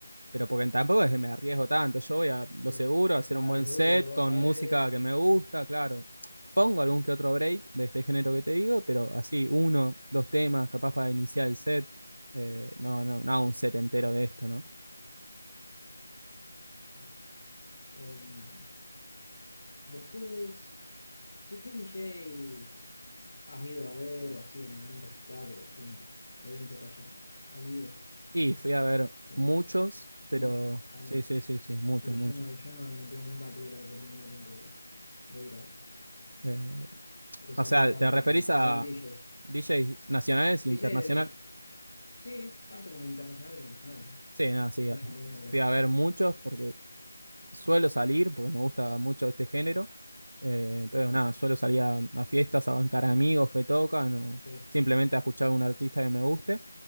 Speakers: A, on the right (about 85°); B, on the left (about 45°).
A: Pero porque tampoco es que me arriesgo tanto. Yo voy a
B: Sí,
A: lo seguro, a hacer
B: vas
A: un buen
B: a lo seguro
A: set
B: lo que vos
A: con
B: sabés.
A: música que me gusta, claro. Pongo algún que otro break de este género que te digo, pero así, uno, dos temas, capaz para iniciar el set. Eh,
B: Sí.
A: no, no, no, un set entero de esto, ¿no?
B: entiendo. Em, después, ¿qué, qué DJs has ido a ver o así en algún recital o algún evento que haya habido?
A: Y fui a ver
B: Eh,
A: muchos, pero
B: muchos. Ah,
A: sí,
B: ok.
A: sí, sí, sí, muchos,
B: Sí,
A: muchos.
B: yo no, yo no, no tuve- nunca tuve la oportunidad tanto de, de ir a,
A: Eh,
B: de
A: o
B: salir
A: sea,
B: tanto
A: ¿te referís
B: a,
A: a
B: a ver DJs.
A: DJs nacionales e internacionales?
B: DJs, de- sí, tanto como internacionales como nacionales, ¿no?
A: Sí, nada, sí.
B: Que hayan venido acá.
A: Fui a ver muchos porque suelo salir porque me gusta mucho este género. Eh, entonces, nada, suelo salir a, a fiestas, a bancar amigos que tocan o
B: Sí,
A: simplemente a escuchar a un artista que me guste.